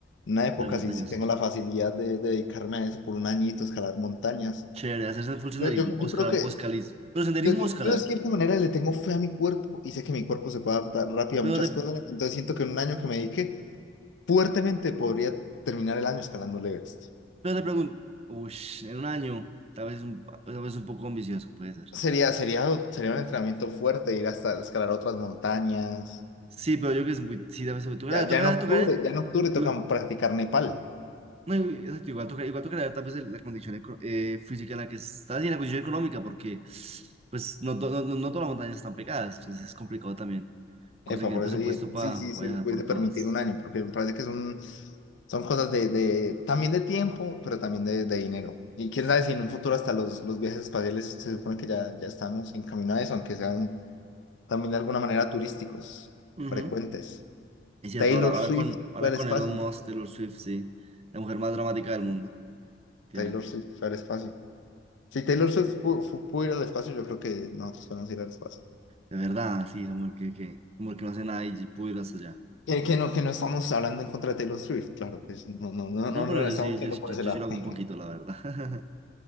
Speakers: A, on the left; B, on the right.
A: En una época
B: de las montañas.
A: sí, sí tengo la facilidad de, de dedicarme a eso por un añito, escalar montañas.
B: Chévere, hacerse full senderismo,
A: Yo, yo, yo
B: o escalar,
A: creo que
B: o escalismo. Pero senderismo
A: Yo, yo-
B: o escalar.
A: yo de cierta manera le tengo fe a mi cuerpo y sé que mi cuerpo se puede adaptar rápido
B: Pero
A: a muchas
B: de-
A: cosas, entonces siento que en un año que me dedique fuertemente podría terminar el año escalando el Everest.
B: Pero te pregunto, uy, en un año, tal vez un, pa- tal vez un poco ambicioso, puede ser.
A: Sería, sería, sería un entrenamiento fuerte ir hasta escalar otras montañas.
B: Sí, pero yo creo que es muy, sí, tal vez tocará,
A: Ya,
B: tocará,
A: ya en octubre,
B: tocará,
A: ya en octubre toca
B: igual-
A: practicar Nepal.
B: no, igual- exacto, igual tocará, igual tocará tal vez el- la condición eco- eh, física en la que estás y en la condición económica, porque pues no, to- no, no, no todas las montañas están pegadas, entonces es complicado también conseguir
A: Epa, por
B: presupuesto
A: eso dije,
B: para
A: sí, sí, sí,
B: viajar
A: se puede
B: por todas.
A: permitir un año, porque me parece que es un- son cosas de, de, también de tiempo, pero también de, de dinero. Y quién sabe si en un futuro hasta los, los viajes espaciales se supone que ya, ya estamos en camino a eso, aunque sean también de alguna manera turísticos,
B: Ujú.
A: frecuentes.
B: Es cierto,
A: Taylor
B: ahora, ahora
A: Swift
B: con, ahora
A: fue al
B: con
A: espacio.
B: Elon Musk, Taylor Swift, sí, la mujer más dramática del mundo, efectivamente.
A: Taylor Swift fue al espacio. Si Taylor Swift pu- fu- pudo ir al espacio, yo creo que nosotros podemos ir al espacio.
B: De verdad, sí, la mujer que, que, la mujer que no hace nada y pudo ir hasta allá.
A: Que, que no, que no estamos hablando en contra de Taylor Swift, claro que es- no, no, no,
B: No,
A: no,
B: pero
A: no lo
B: yo
A: estamos
B: sí,
A: diciendo
B: yo, yo-
A: por
B: yo
A: ese lado.
B: sí lo hago
A: <laughs>
B: un poquito, la verdad. <laughs>